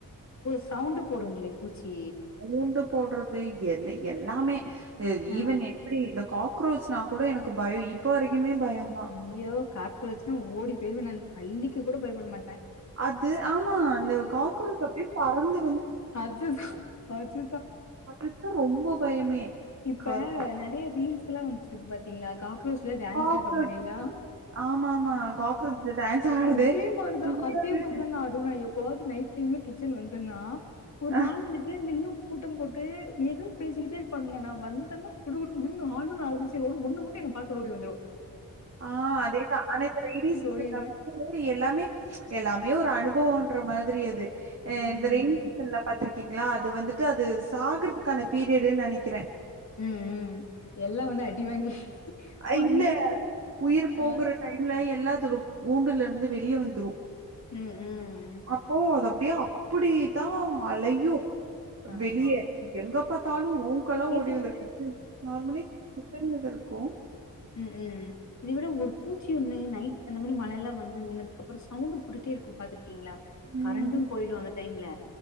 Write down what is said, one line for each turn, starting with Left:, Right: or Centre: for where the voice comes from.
Left: சவுண்டு போடுங்களே பூச்சி
Right: சவுண்டு போடுறது எல் எல்லாமே ஹ
Left: ஆ
Right: ஈவன் எப்படி இந்த க்ரோச்னா கூட எனக்கு பயம் இ இப்ப வரைக்குமே பயந்தான்
Left: ஐயோ காக்ரோச்னா ஓடி போயிருவே நானு பல்லிக்கு கூட பயப்பட மாட்டே
Right: அது ஆமா அ காக்ரோச் அப்டியே பறந்து
Left: அது அது
Right: அதுத்தா ரொம்ப பயமே
Left: இப்ப
Right: கரு
Left: நிறைய ரீல்ஸ் எல்லாம் வந் ப்ப பாத்தீங்களா கா ஸ்கூல்ஸ்லே டான்ஸ்
Right: காக்ரோச்
Left: ஆடற மாதிரித
Right: ஆமா ஆமா காக்ரோச் டான்ஸ் ஆடுது
Left: அதே மாதிரிதான்
Right: இன்னொரு
Left: அதே மாதிரிதான்னா அடுவே எப்ப போவது நைட் டைம்ல கிச்சன் வந்தன்னா ஒரு
Right: ஆ
Left: நாலஞ்சு பேர் நின்னும் கூட்டம் போட்டு ஏதும் பேசிக்கிட்டே இரு பானுங்க நான் வந்தன்ன குடு குடு ம்னு அழுச்சு ஒண்ணு மட்டும் எங்க பார்க்க ஓடி வந்துடும்
Right: ஆஹ் அதேதான் ஆனா இந்த ரெய்னி சீசன்ல
Left: ஓடிருவே
Right: <unintelligible> எல்லாமே எல்லாமே ஒரு அனுபவம் ன்ற மாதிரி அது
Left: ம்
Right: இந்த ரெயின் சீசன்ல பா்த்திருக்கீங்களா அது அது வந்துட்டு அது சாகறதுக்கான பீரியடுன்னு நினைக்கிறேன்
Left: உம் உம் எல்லாம் வந்து அடி வாங்கி
Right: அ
Left: வந்து
Right: இல்ல உயிர் போகற
Left: ஆ
Right: டைம்ல எல்லாத்தொட கூண்டுல இருந்து வெளியே வந்துரும்
Left: ம் ம்
Right: அப்போ அத அப்படியே அப்படி தான் அலையும்
Left: ஆமா
Right: வெளிய எங்கப் ப்பாத்தாலும் கெல்லாம்
Left: இத
Right: ஓடி வந்துரு
Left: விட
Right: கிச்ச நார்மலி கிச்ச இரு கு
Left: உம் உம் இதை விட ஒரு பூச்சி ஒண்ணு நைட் அந்த மாதிரி மழைய எல்லாம் வந்து நின்னதுக்கு அப்புறம் சவுண்ட போட்டுட்டே இருக்கும் பாத்த இருகிங்களா
Right: ம்.
Left: கரண்ட்டும் போயிடும் அனா டைம்ல